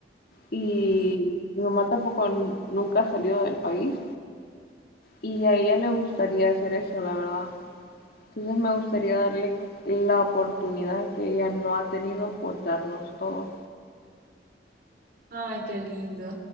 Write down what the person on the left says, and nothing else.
Y
mi mamá tampoco n- nunca ha salido del país y a ella le gustaría hacer eso, la verdad. Entonces me gustaría darle la oportunidad que ella no ha tenido por darnos todo.